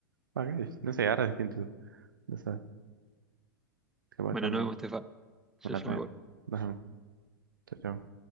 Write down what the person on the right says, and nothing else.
Ah, qué No sé, ahora es distinto. No sé, capaz
está más.
Bueno,
está
bien.
Nos vemos. Chao, chao.